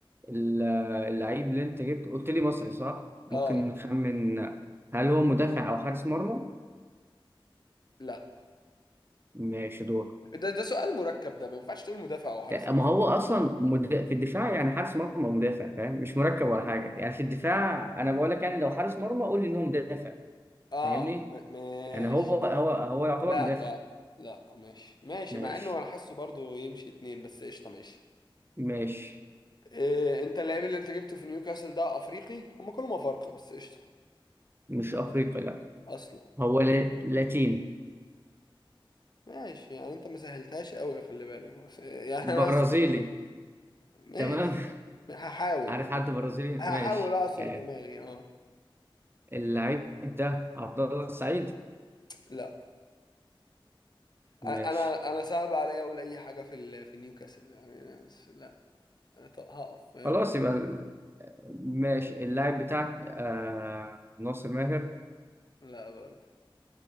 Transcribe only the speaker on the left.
اه
لا
ده ده سؤال مركب ده ما ينفعش تقول مدافع او حارس
مرمى
اه
م- ماشي
لا
لا لا ماشي ماشي
مع انه انا حاسه برضه يمشي اتنين بس قشطه ماشي
إيه انت اللاعب اللي انت جبته في نيوكاسل ده افريقي هما كلهم افارقه بس قشطه
اصلا
ماشي يعني انت ما سهلتهاش قوي خلي بالك بس يعني
انا س... ماشي
هحاول
هحاول اعصر
دماغي اه
لا انا
انا أنا صعب عليا اقول اي حاجه في ال... في نيوكاسل يعني بس لا انا ط- هقف فاهم
لا برضه